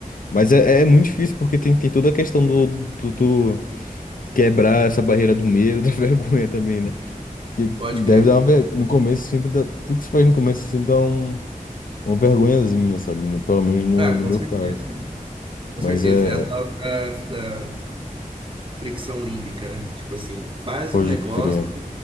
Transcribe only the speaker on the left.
Mas é, é muito difícil porque tem, tem toda a questão do, do tu quebrar essa barreira do medo, <laughs> da vergonha também, né? Que
deve
dar uma ver... No começo sempre dá... Tudo que você faz no começo sempre dá um uma vergonhazinha, sabe? No- pelo menos no,
no
meu
caso.
Mas
é.
é-
Pode
crer.